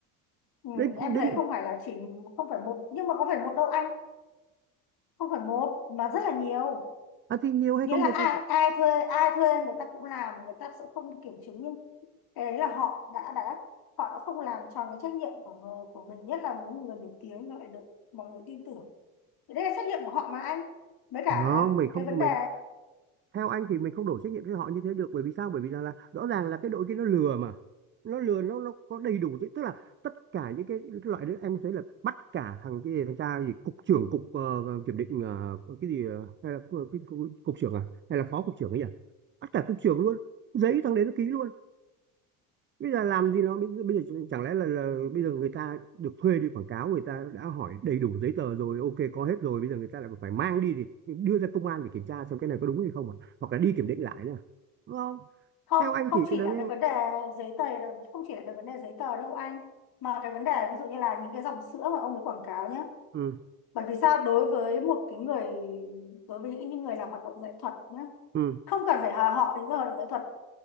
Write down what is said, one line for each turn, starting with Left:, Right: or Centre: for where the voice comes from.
Left: ừ,
Right: đến
Left: em
Right: đến
Left: thấy không phải là chỉ không phải một nhưng mà có phải một đâu anh không phải một mà rất là nhiều
Right: à, thì nhiều hay
Left: nghĩa
Right: không
Left: là
Right: nhiều
Left: ai
Right: thì
Left: ai thuê ai thuê người ta cũng làm người ta sẽ không kiểm chứng nhưng cái đấy là họ đã đã họ đã không làm tròn cái trách nhiệm của người, của mình nhất là những người nổi tiếng nó lại được mọi người tin tưởng thì đây là trách nhiệm của họ mà anh với cả
Right: Không, mình không
Left: cái vấn
Right: không-
Left: đề
Right: mình theo anh thì mình không đổ trách nhiệm cho họ như thế được bởi vì sao? Bởi vì rằng là rõ ràng là cái đội kia nó lừa mà. Nó lừa nó nó có đầy đủ chứ. tức là tất cả những cái loại đấy em thấy là bắt cả thằng cái gì thằng cha gì cục trưởng cục ờ, kiểm định ờ, cái gì ờ, hay là cái, cái, cục, cục trưởng à hay là phó cục trưởng ấy nhỉ? Bắt cả cục trưởng luôn. Giấy thằng đấy nó ký luôn bây giờ làm gì nó bây giờ, bây giờ chẳng lẽ là, là bây giờ người ta được thuê đi quảng cáo người ta đã hỏi đầy đủ giấy tờ rồi ok có hết rồi bây giờ người ta lại còn phải mang đi thì đưa ra công an để kiểm tra xem cái này có đúng hay không à hoặc là đi kiểm định lại nữa à? đúng không
Left: không
Right: theo anh
Left: không
Right: thì
Left: chỉ
Right: cái đấy
Left: là cái vấn đề giấy tờ đâu không chỉ là cái vấn đề giấy tờ đâu anh mà cái vấn đề ví dụ như là những cái dòng sữa mà ông ấy quảng cáo nhé
Right: ừ
Left: bởi vì sao đối với một cái người đối với những những người làm hoạt động nghệ thuật nhá
Right: ừ
Left: không cần phải là họ những người hoạt động nghệ thuật